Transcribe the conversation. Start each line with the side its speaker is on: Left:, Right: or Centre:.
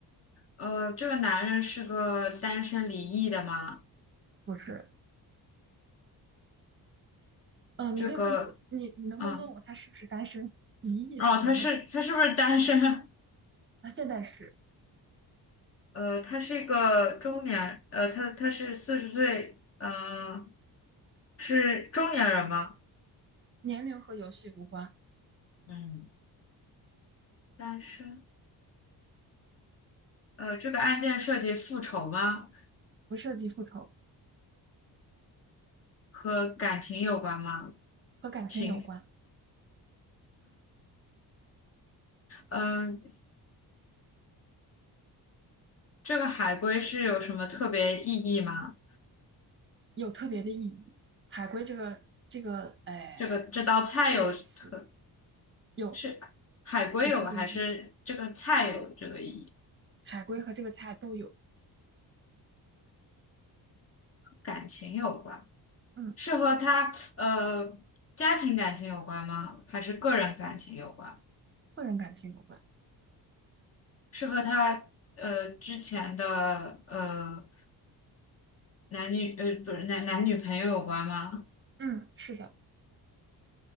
Left: 呃，这个男人是个单身离异的吗？
Right: 不是，嗯、
Left: 这个，
Right: 你可以问我，你你能不能问我他是不是单身？
Left: 嗯，
Right: 离异不用问，
Left: 哦，他是他是不是单身？<laughs>
Right: 他现在是，
Left: 呃，他是一个中年，呃，他他是四十岁，呃，是中年人吗？
Right: 年龄和游戏无关，
Left: 嗯，单身。呃，这个案件涉及复仇吗？
Right: 不涉及复仇，
Left: 和感情有关吗？
Right: 和感情有关。
Left: 情，嗯、这个海龟是有什么特别意义吗？
Right: 有特别的意义。海归这个这个哎
Left: 这个这道菜有特，
Right: 这个词有
Left: 是海龟有还是这个菜有这个意义？
Right: 有特别意义，海归和这个菜都有，
Left: 感情有关，
Right: 嗯，
Left: 是和他呃家庭感情有关吗？还是个人感情有关？
Right: 个人感情有关，
Left: 是和他呃之前的呃男女呃不是男男女朋友有关吗？
Right: 嗯，是的，